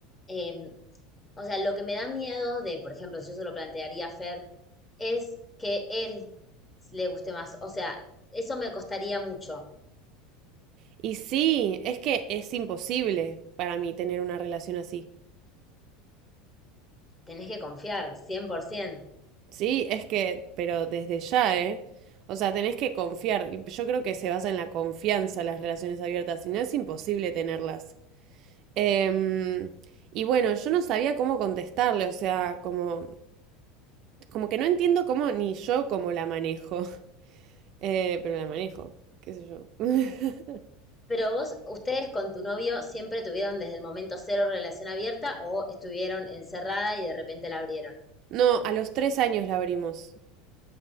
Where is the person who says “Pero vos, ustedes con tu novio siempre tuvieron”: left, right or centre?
Left